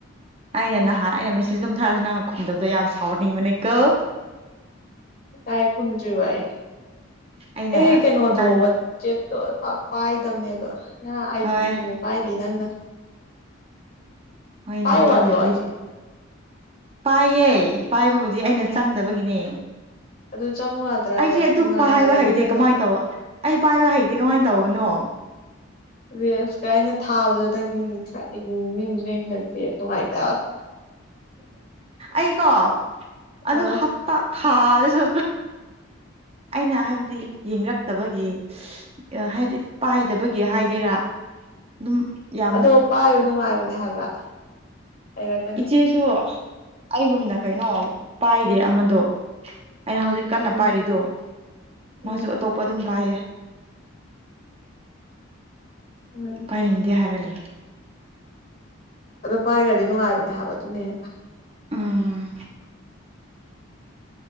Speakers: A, on the right; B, on the left.
A: ꯑꯩꯅ ꯅꯍꯥꯟ ꯑꯩꯅ ꯃꯦꯁꯦꯖ ꯑꯗꯨꯝ ꯊꯥꯔꯁꯨ ꯅꯪꯅ ꯈꯨꯝꯗꯕꯗꯣ ꯌꯥꯝ ꯁꯥꯎꯅꯤꯡꯕꯅꯤꯀꯣ
B: ꯇꯥꯏꯌꯦ ꯇꯨꯝꯗ꯭ꯔꯤꯕ ꯑꯩ
A: ꯑꯩꯅ
B: ꯑꯩ ꯀꯩꯩꯅꯣꯗꯣ
A: ꯅꯪ
B: ꯆꯦꯞꯇꯣ ꯄꯥꯛ ꯄꯥꯏꯗꯕꯅꯦꯕ ꯅꯪ ꯑꯥꯏꯖꯤ
A: ꯍꯣꯏ
B: ꯑꯃꯨꯛ ꯄꯥꯏꯗꯦ ꯅꯪꯅ
A: ꯍꯣꯏꯅꯦ
B: ꯄꯥꯏ
A: ꯑꯗꯨꯕꯨꯗꯤ
B: ꯋꯥꯗ꯭ꯔꯣ ꯑꯩꯁꯦ
A: ꯄꯥꯏꯌꯦ ꯄꯥꯏꯕꯕꯨꯗꯤ ꯑꯩꯅ ꯆꯪꯗꯕꯒꯤꯅꯦ
B: ꯑꯗꯨ ꯆꯪꯉꯨ ꯌꯥꯗ꯭ꯔꯕ
A: ꯑꯩꯗꯤ ꯑꯗꯨ
B: ꯅꯨꯡꯉꯥꯏ
A: ꯄꯥꯏꯕ
B: ꯍꯥꯏꯕ ꯑꯗꯨꯅꯅꯦ
A: ꯍꯩꯇꯦ ꯀꯃꯥꯏꯅ ꯇꯧꯕ ꯑꯩ ꯄꯥꯏꯕ ꯍꯩꯇꯦ ꯀꯃꯥꯏꯅ ꯇꯧꯕꯅꯣ
B: ꯔꯤꯜꯁꯀ ꯑꯩꯅ ꯊꯥꯕꯗꯣ ꯅꯪ <inaudible> ꯅꯨꯡꯉꯥꯏꯇꯦꯕ
A: ꯑꯩꯀꯣ ꯑꯗꯨ
B: ꯑꯥ
A: ꯊꯥꯗꯁꯨ ꯑꯩꯅ ꯍꯥꯏꯕꯗꯤ ꯌꯦꯡꯉꯛꯇꯕꯒꯤ ꯍꯥꯏꯗꯤ ꯄꯥꯏꯗꯕꯒꯤ ꯍꯥꯏꯒꯦꯔꯥ ꯑꯗꯨꯝ ꯌꯥ
B: ꯑꯗꯣ ꯄꯥꯏꯌꯣ ꯅꯨꯡꯉꯥꯏꯕꯅꯦ ꯍꯥꯏꯕ ꯍꯥꯏꯔꯛ
A: ꯏꯆꯦꯁꯨ ꯑꯩꯒꯨꯝꯅ ꯀꯩꯅꯣ ꯄꯥꯏꯗꯦ ꯑꯃꯗꯣ ꯑꯩꯅ ꯍꯧꯖꯤꯛ ꯀꯟꯅ
B: ꯎꯝ
A: ꯄꯥꯏꯔꯤꯗꯣ
B: ꯎꯝ
A: ꯃꯥꯁꯨ ꯑꯇꯣꯞꯄ ꯑꯗꯨꯝ ꯄꯥꯏꯌꯦ
B: ꯎꯝ
A: ꯄꯥꯏꯅꯤꯡꯗꯦ ꯍꯥꯏꯔ ꯂꯩ
B: ꯑꯗꯣ ꯄꯥꯏꯈ꯭ꯔꯗꯤ ꯅꯨꯡꯉꯥꯏꯕꯅꯦ ꯍꯥꯏꯕ ꯑꯗꯨꯅ ꯍꯦꯟꯅ
A: ꯎꯝ